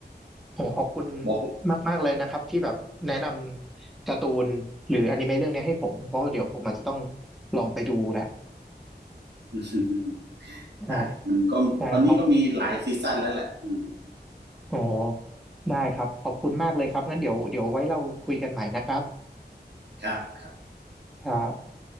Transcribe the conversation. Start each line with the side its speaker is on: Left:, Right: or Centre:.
Centre: โอ้ขอบคุณ
Right: บอก
Centre: มากๆเลยนะครับที่แบบแนะนำการ์ตูนหรืออนิเมะเรื่องนี้ให้ผมเพราะว่าเดี๋ยวผมอาจจะต้องลองไปดูแหละ
Right: <laughs>
Centre: ครับ
Right: ได้มันก็ตอนนี้ก็มีหลายซีซั่นแล้วแหละอืม
Centre: ได้ครับอ๋อได้ครับขอบคุณมากเลยครับงั้นเดี๋ยวเดี๋ยวไว้เราคุยกันใหม่นะครับ
Right: ครับครับ
Centre: ครับ